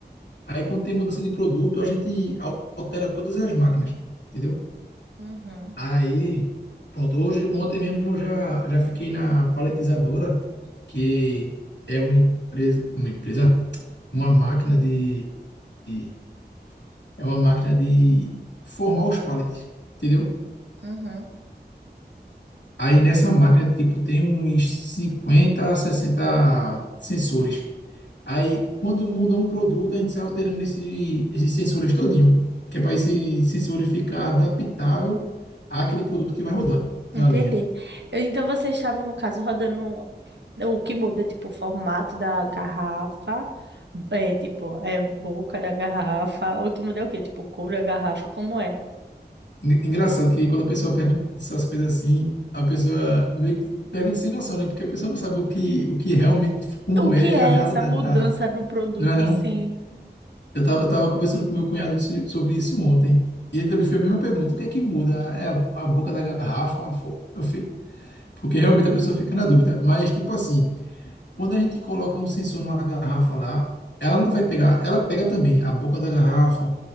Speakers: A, on the left; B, on the right.
A: Aí quando tem mudança de produto, a gente al- altera todas as máquinas, entendeu?
B: Uhum,
A: Aí, pronto, hoje, ontem mesmo eu já, já fiquei na paletizadora, que é uma empresa, uma empresa, uma máquina de, de- é uma máquina de formar os paletes, entendeu?
B: uhum.
A: Aí nessa máquina, tipo, tem uns 50, a 60 sensores. Aí quando muda um produto, a gente sai alterando esse, esses sensores todinho, que é para esse sensor ficar adaptável àquele produto que vai rodar
B: Entendi.
A: na linha.
B: Eu- Então vocês estavam, no caso, rodando. O que muda é, tipo, o formato da garrafa, é, tipo, é boca da garrafa. O que muda é o quê? Tipo, cor da garrafa, como é?
A: Eng- Engraçado que quando a pessoa pergunta essas coisas assim, a pessoa meio que pergunta sem noção, né? Porque a pessoa não sabe o que, o que realmente, como
B: O que
A: é
B: é
A: a realidade
B: essa mudança
A: da...
B: do produto,
A: Não é não?
B: sim?
A: Eu tava, eu tava conversando com meu cunhado so- sobre isso ontem. E ele também fez a mesma pergunta: o que é que muda? É a, a boca da garrafa? A fo- Eu fui, porque realmente a pessoa fica na dúvida. Mas, tipo assim, quando a gente coloca um sensor numa garrafa lá, ela não vai pegar, ela pega também a boca da garrafa,